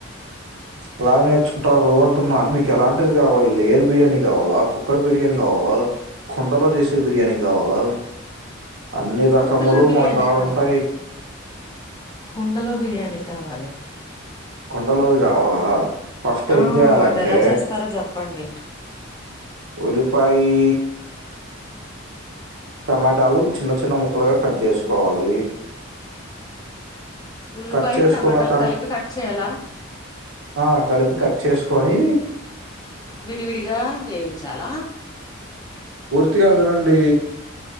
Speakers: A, on the right (about 70°); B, on the left (about 20°).
A: అలా నేర్చుకుంటారు రు అంటున్నా మీకు ఎలాంటిది కావాలి లేయర్ బిర్యానీ కావాలా కుక్కర్ బిర్యానీ కావాలా కుండలో చేసే బిర్యానీ కావాలా అన్ని రకములు
B: కుండలో బిర్యానీ
A: మా కాడుంటాయి
B: కావాలి కుండలో బిర్యానీ కావాలి
A: కుండ లోదికావాలా ఫస్ట్
B: ఆ
A: ఏం చేయాలంటే
B: అది ఎలా చేస్తారో చెప్పండి
A: ఉల్లిపాయి టమాటా లు చిన్న ముక్కలుగా కట్ చేసుకోవాలి
B: ఉల్లిపాయ
A: కట్ చేసుకున్న
B: టమాటాలు
A: తరు
B: కలిపి కట్ చేయాలా
A: ఆ కలిపి కట్ చేసు కొనీ
B: విడివిడిగా వేయించాలా
A: పూర్తిగా వినండి